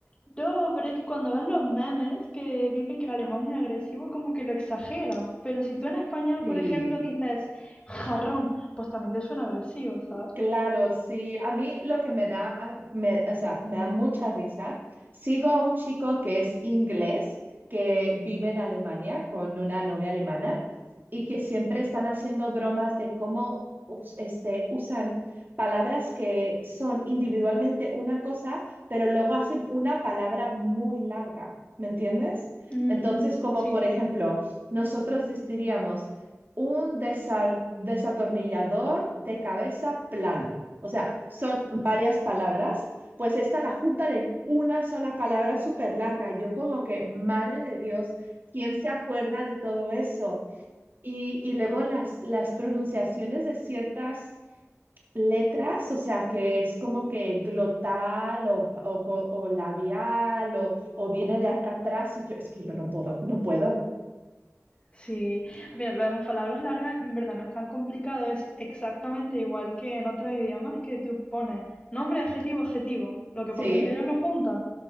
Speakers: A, on the left (about 20°); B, on the right (about 40°).
A: No, pero es que cuando ves los memes que dicen que el alemán es agresivo, como que lo exageran. Pero si tú en español,
B: Sí,
A: por ejemplo, dices jarrón, pues también te suena agresivo, ¿sabes?
B: Claro, sí. A mí lo que me da, ah, me- o sea, me da mucha risa. Sigo a un chico que es inglés, que vive en Alemania con una novia alemana y que siempre están haciendo bromas de cómo us- este, usan palabras que son individualmente una cosa, pero luego hacen una palabra muy larga. ¿Me entiendes?
A: Mm,
B: Entonces, como
A: sí.
B: por ejemplo, nosotros dis- diríamos un desar- desatornillador de cabeza plana. O sea, son varias palabras, pues esta la juntan en una sola palabra súper larga. Y yo como que, madre de Dios, ¿quién se acuerda de todo eso? Y, y luego las, las pronunciaciones de ciertas letras, o sea, que es como que glotal o, o co- o labial o, o viene de acá atrás y yo, es que yo no puedo, no puedo.
A: Sí, mira, lo de las palabras largas en verdad no es tan complicado, es exactamente igual que en otros idiomas que tú pones nombre, adjetivo, adjetivo. Lo que
B: Sí,
A: pasa es que ellos lo juntan.